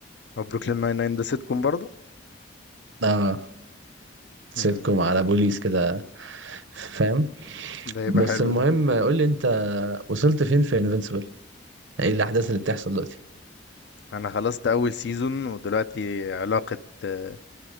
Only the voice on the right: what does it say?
آه سيتكم
على بوليس كده فاهم
بس
المهم
قول لي انت وصلت فين في انفينسيبل ايه الاحداث اللي بتحصل دلوقتي